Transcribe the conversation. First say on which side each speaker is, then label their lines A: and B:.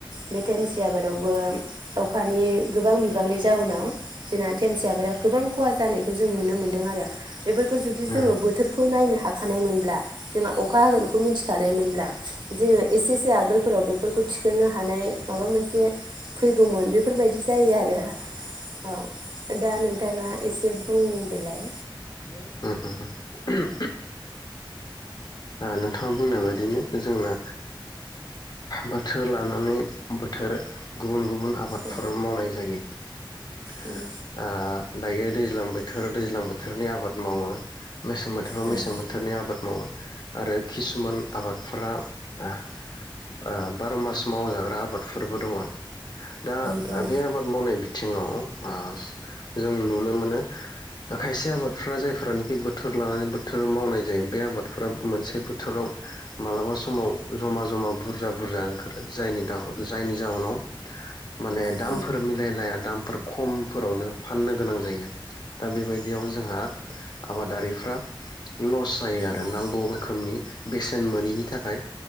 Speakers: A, on the right; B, on the left.
A: बे धेमसि आबादावबो अखानि गोबां बिबांनि जाउनाव। जोंना तेमसि आबादा गोबां खहा जानायखौ जों नुनो मोन्दों आरो बेफोरखौ जों
B: ओ।
A: खौ नायनो हाखानायमोनब्ला जोंहा अखा होगोनखौ मिथिखानायमोनब्ला जोङो एसेसे आगोलफोरावनो बेफोरखौ थिखोनो हानाय माबा मोनसे फैगौमोन बेफोरबायदि जायो आरो औ दा नोंथाङा एसे बुंदोलाय?
B: उम उम उम <unintelligible> ओ नोंथां बुंनाय बायदिनो जोंना बोथोर लानानै बोथोर गुबुन गुबुन आबादफोर
A: औ
B: मावनाय जायो। <inaudible>
A: उम
B: ओ दायो दैज्लां बोथोर, दैज्लां बोथोरनि आबाद मावो। मेसें बोथोराव
A: औ
B: मेसें
A: उम औ
B: बोथोरनि आबाद मावो। <inaudible> आरो खिसुमान आबादफोरा आ ओ बारमास मावजाग्रा आबादफोरबो दङ। दा
A: दङ
B: बे आबाद मावनाय बिथिङाव आ जों नुनो मोनो। खायसे आबादफ्रा जायफ्रानाखि बोथोर लानानै बोथोर मावनाय जायो बे आबादफ्रा मोनसे बोथोराव मालाबा समाव जमा जमा बुरजा बुरजा ओंखारो जायनि दाहो-जायनि जाहोनाव माने दामफोर
A: उम औ उम औ उम औ
B: मिलायलाया दामफोर खम फोरावनो फाननो गोनां जायो। दा बेबायदियाव जोंहा आबादारिफ्रा लस जायो आरो
A: औ
B: नांगौ रोखोमनि बेसेन मोनिनि थाखाय